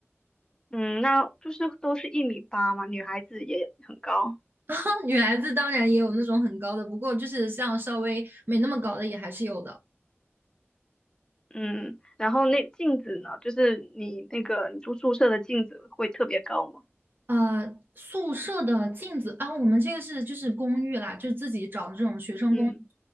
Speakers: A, on the left (about 15°); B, on the right (about 45°).
A: 嗯，那就是都是一米八嘛，女孩子也很高。
B: <laughs> 女孩子当然也有那种很高的，不过就是像稍微没那么高的也还是有的。
A: 嗯，然后那镜子呢，就是你那个你住宿舍的镜子会特别高嘛？
B: 呃，宿舍的镜子啊，我们这个是就是公寓啦，就是自己找的这种学生公寓，
A: 嗯，